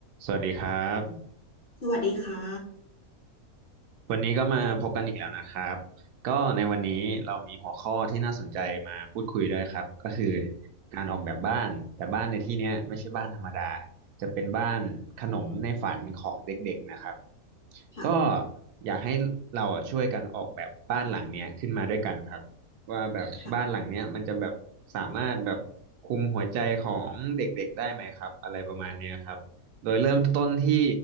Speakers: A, on the right; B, on the left.
A: สวัสดีครับ
B: สวัสดีค่ะ
A: วันนี้ก็มาพบกันอีกแล้วนะครับก็ในวันนี้เรามีหัวข้อที่น่าสนใจมาพูดคุยด้วยครับก็คือการออกแบบบ้านแต่บ้านในที่เนี้ยไม่ใช่บ้านธรรมดาจะเป็นบ้านขนมในฝันของเด็กๆนะครับ
B: ค่ะ
A: ก็อยากให้เราอะช่วยกันออกแบบบ้านหลังเนี้ยขึ้นมาด้วยกันครับว่าแบบบ้านหลังเนี้ยมันจะแบบสามารถแบบคุมหัวใจของเด็กๆได้ไหมครับอะไรประมาณเนี้ยครับ
B: ค่ะ
A: โดยเริ่มต้นที่